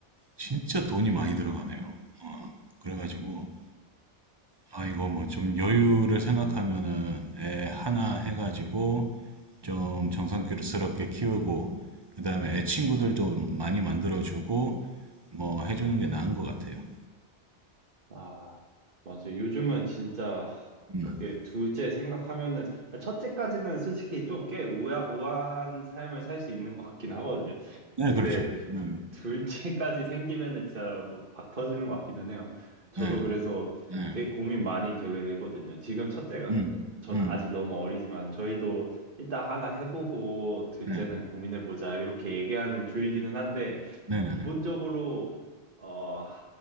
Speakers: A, on the right; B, on the right.
A: 진짜 돈이 많이 들어가네요. 어, 그래가지고, 아, 이거 뭐 좀 여유를 생각하면은 애 하나 해가지고 좀 정성스럽게 키우고 그다음에 애 친구들 좀 많이 만들어주고 뭐 해주는 게 나은 것 같아요.
B: 아, 맞아요. 요즘은 진짜
A: 음.
B: 그게 둘째 생각하면은 첫째까지는 솔직히 좀 꽤 우아, 우아한 삶을 살 수 있는 것 같긴 하거든요.
A: 네,
B: 근데
A: 그렇죠. 네,
B: 둘째까지 생기면은 진짜 박 터지는 것 같기는 해요. 저도
A: 네,
B: 그래서
A: 네,
B: 되게 고민 많이 되거든요. 지금 첫째가
A: 음,
B: 저는
A: 음,
B: 아직 너무 어리지만 저희도 일단 하나 해보고 둘째는
A: 네,
B: 고민해보자 이렇게 얘기하는 주의기는 한데
A: 네, 네,
B: 기본적으로
A: 네,
B: 어